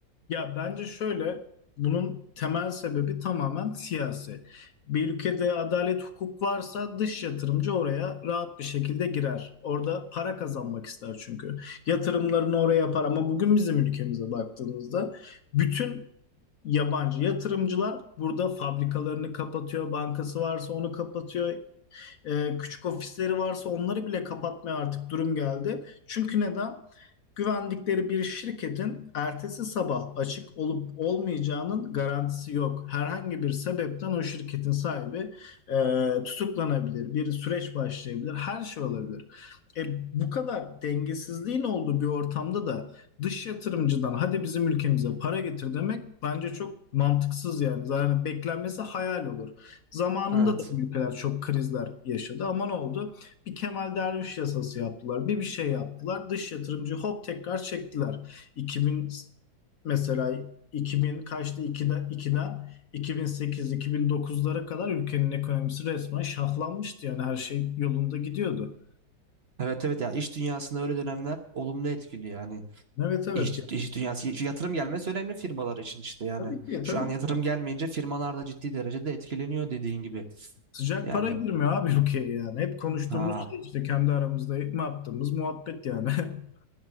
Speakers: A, on the left; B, on the right.
A: Ya bence şöyle, bunun temel sebebi tamamen siyasi. Bir ülkede adalet hukuk varsa dış yatırımcı oraya rahat bir şekilde girer. Orada para kazanmak ister çünkü. Yatırımlarını oraya yapar ama bugün bizim ülkemize baktığımızda bütün yabancı yatırımcılar burada fabrikalarını kapatıyor, bankası varsa onu kapatıyor, ee, küçük ofisleri varsa onları bile kapatmaya artık durum geldi. Çünkü neden? Güvendikleri bir şirketin ertesi sabah açık olup olmayacağının garantisi yok. Herhangi bir sebepten o şirketin sahibi e, tutuklanabilir, bir süreç başlayabilir, her şey olabilir. E, bu kadar dengesizliğin olduğu bir ortamda da dış yatırımcıdan hadi bizim ülkemize para getir demek bence çok mantıksız yani. Zaten beklenmesi hayal olur. Zamanında
B: Evet.
A: da bu ülkeler çok krizler yaşadı ama ne oldu? Bir Kemal Derviş yasası yaptılar. Bir bir şey yaptılar. Dış yatırımcı hop tekrar çektiler. 2000 mesela 2000 kaçtı 2'den 2'den 2008 2009'lara kadar ülkenin ekonomisi resmen şahlanmıştı. Yani her şey yolunda gidiyordu.
B: Evet evet ya iş dünyasında öyle dönemler olumlu etkiliyor yani.
A: Evet evet
B: İş,
A: yani.
B: iş dünyası şu yatırım gelmesi önemli firmalar için işte yani.
A: Tabii ki tabii
B: Şu an yatırım
A: ki.
B: gelmeyince firmalar da ciddi derecede etkileniyor dediğin gibi.
A: Sıcak
B: Yani
A: para girmiyor abi ülkeye yani. Hep konuştuğumuz
B: ha
A: şey işte kendi aramızda ne yaptığımız muhabbet yani. <laughs>